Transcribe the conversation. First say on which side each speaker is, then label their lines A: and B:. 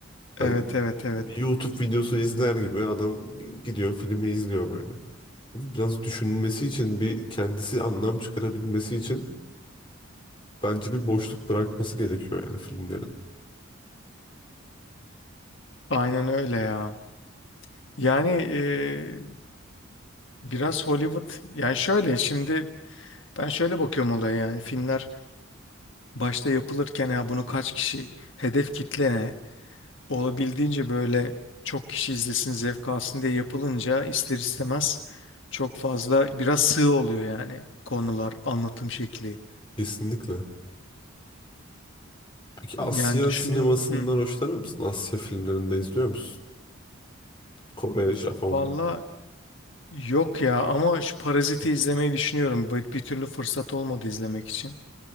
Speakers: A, on the left (about 65°); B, on the left (about 25°).
A: Evet
B: Hani
A: evet evet.
B: YouTube videosu izler gibi adam gidiyor filmi izliyor böyle. Biraz düşünmesi için bir kendisi anlam çıkarabilmesi için bence bir boşluk bırakması gerekiyor yani filmlerin.
A: Aynen öyle ya. Yani e, biraz Hollywood yani şöyle şimdi ben şöyle bakıyorum olaya yani filmler başta yapılırken ya bunu kaç kişi hedef kitle ne olabildiğince böyle çok kişi izlesin zevk alsın diye yapılınca ister istemez çok fazla biraz sığ oluyor yani konular anlatım şekli.
B: Kesinlikle. Peki
A: Yani
B: Asya
A: düşünüyorum.
B: sinemasından
A: Hı.
B: hoşlanır mısın? Asya filmlerinde izliyor musun? Kore, Japon.
A: Valla Yok ya ama şu Parazit'i izlemeyi düşünüyorum. Bir, bir türlü fırsat olmadı izlemek için.